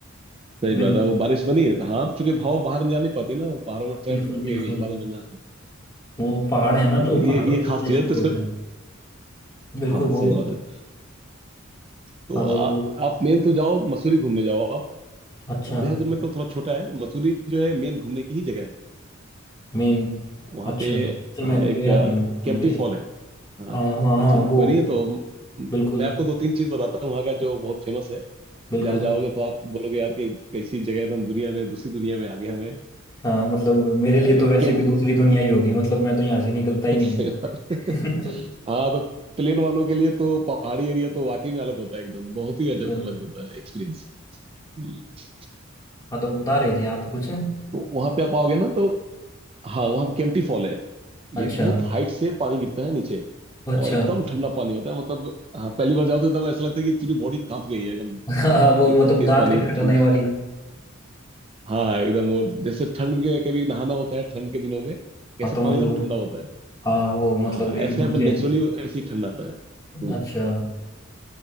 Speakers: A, on the right; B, on the left.
A: सही
B: बिल्कुल
A: बात है वो बारिश बनी है हाँ चूंकि हवा बाहर नहीं जा नहीं पाती ना वो पहाड़ों में ट्रैप
B: बिल्कुल
A: होके
B: बिल्कुल
A: यही बादल बन जाते हैं
B: वो पहाड़ है ना
A: तो
B: तो
A: ये
B: पहाड़ों
A: ये
B: की
A: खास
B: वजह
A: चीज
B: से
A: है
B: ही
A: तो
B: तो
A: इसको
B: होता है बिल्कुल
A: हाँ सही
B: बोलो
A: बात है तो
B: हाँ बोलो
A: आ,
B: बोलो
A: आप मेन तो जाओ मसूरी घूमने जाओ आप
B: अच्छा
A: देहरादून में तो थोड़ा छोटा है मसूरी जो है मेन घूमने की ही जगह है
B: मेन
A: वहाँ
B: अच्छा
A: पे
B: नहीं, मैं
A: हाँ एक
B: गया
A: अ,
B: नहीं हूँ बिल्कुल
A: केम्प्टी
B: भी
A: फॉल है हाँ
B: हाँ हाँ
A: अच्छा
B: हाँ
A: अच्छा
B: वो
A: कोई नहीं है तो म-
B: बिल्कुल
A: मैं आपको दो तीन चीज बताता हूँ वहाँ का जो बहुत फेमस है
B: बिल्कुल
A: जहाँ जाओगे तो आप बोलोगे यार कि कैसी जगह है, हम दुनिया में दूसरी दुनिया में आ गए हमें
B: हाँ मतलब मेरे
A: अ,
B: लिए
A: एक
B: तो वैसे
A: कैंप
B: भी दूसरी दुनिया ही होगी मतलब मैं तो यहाँ से निकलता ही
A: <laughs>
B: नहीं
A: सही
B: हूँ
A: बात।
B: <laughs>
A: हाँ तो प्लेन वालों के लिए तो पहाड़ी एरिया तो वाकई में अलग होता है एकदम बहुत ही
B: बिल्कुल
A: अलग अलग होता है एक्सपीरियंस हम्म।
B: हाँ तो बता रहे थे आप कुछ
A: तो वहां पे आप आओगे ना तो हाँ वहाँ केम्प्टी फॉल है ये
B: अच्छा
A: बहुत हाइट से पानी गिरता है नीचे
B: अच्छा
A: और एकदम ठंडा पानी होता है मतलब हाँ पहली बार जाओ तो एकदम ऐसा लगता है कि पूरी बॉडी कांप गई है एकदम
B: हाँ वो
A: इतनी
B: मतलब
A: तेज
B: दांत
A: पानी
B: खटखटाने
A: ठंडा
B: वाली
A: हाँ एकदम वो जैसे ठंड के कभी नहाना होता है ठंड के दिनों में कैसे
B: हाँ तो मतलब
A: पानी एकदम ठंडा होता है
B: हाँ वो मतलब
A: हाँ ऐसे
B: एकदम
A: यहाँ पर
B: से
A: नेचुरली ऐसे ही ठंडा आता है हम्म
B: अच्छा